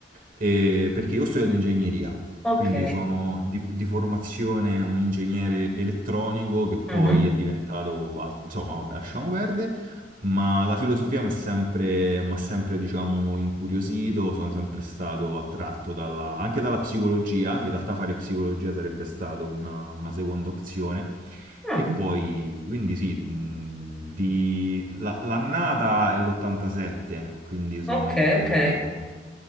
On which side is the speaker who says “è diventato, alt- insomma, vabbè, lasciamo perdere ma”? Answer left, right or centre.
Right